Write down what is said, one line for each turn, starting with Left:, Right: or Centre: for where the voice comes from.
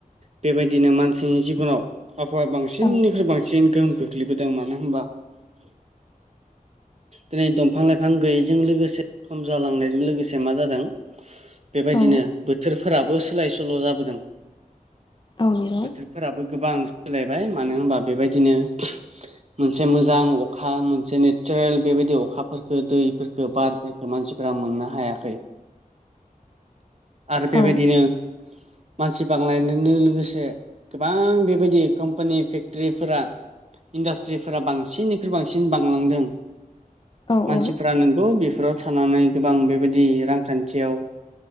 Right: बेबायदिनो मानसिनि जिबनाव आबहावाया बांसिननिख्रुइ
Left: औ
Right: बां सिन गोहोम खोख्लैबोदों मानो होनबा दिनै दंफां लाइफां गैयैजों लोगोसे खम जालांनायजों लोगोसे मा जादों बेबायदिनो
Left: औ
Right: बोथोरफोराबो सोलाय सोल' जाबोदों।
Left: औ नंगौ
Right: बोथोरफोराबो गोबां सोलायबाय मानो होनबा बेबायदिनो मोनसे मोजां अखा मोनसे नेचारेल बेबायदि अखाफोरखो दैफोरखो बार फोरखो मानसिफोरा मोननो हायाखै आरो बेबायदिनो
Left: औ
Right: मानसि बांलां <unintelligible> लोगोसे गोबां बेबायदि कम्पानि फेक्ट्रीफोरा इन्डास्ट्रिफोरा बांसिननिख्रुइ बांसिन बांलांदों।
Left: औ
Right: मानसिफ्रा
Left: औ
Right: नोंगौ बेफोराव थानानै गोबां बेबायदि रांखान्थियाव